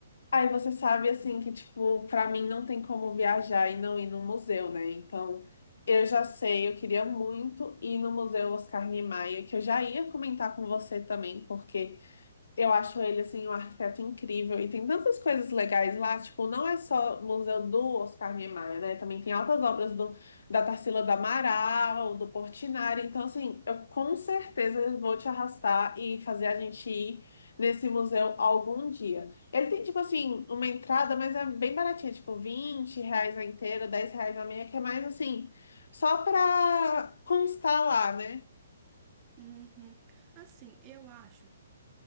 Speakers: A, on the left (about 60°); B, on the right (about 25°).
A: Aí você sabe assim que tipo, pra mim não tem como viajar e não ir no museu, né? Então, eu já sei, eu queria muito ir no Museu Oscar Niemeyer, que eu já ia comentar com você também, porque eu acho ele assim um arquiteto incrível e tem tantas coisas legais lá, tipo, não é só o Museu do Oscar Niemeyer, né? Também tem altas obras do da Tarsila do Amaral, do Portinari. Então, assim, eu com certeza vou te arrastar e fazer a gente ir nesse museu algum dia. Ele tem, tipo assim, uma entrada, mas é bem baratinha, tipo 20 reais a inteira, 10 reais a meia, que é mais assim, só pra constar lá, né?
B: Uhum. Assim, eu acho.